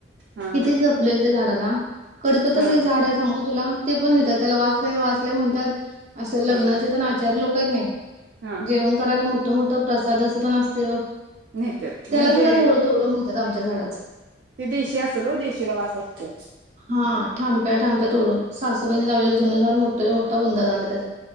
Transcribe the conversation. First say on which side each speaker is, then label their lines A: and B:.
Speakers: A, on the right (about 60°); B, on the right (about 35°).
A: हा
B: किती
A: हा
B: जपलेलं त्या झाडाला. कडिपत्ताच
A: हा
B: एक झाड हाय सांगतो तुला, ते पण लय नेत्यात, त्याला वास लय वास लय म्हणत्यात असं लग्नाचे
A: हा
B: तन आचारी लोकं आहेत नाही,
A: हा
B: जेवण करायला मोठं मोठं प्रसाद असं तन असतय बघ
A: नेत्यात.
B: त्याला
A: म्हणजे
B: सुद्धा जळू तोडून नेत्यात आमच्या झाडाचं.
A: ते देशी असल ओ देशीला वास असतय.
B: हा, ठांप्या ठांप्या तोडून, सासूबाईनी लावलेलं जुनं झाडं मोठाच्या मोठा बुंदा झालाय त्याचा.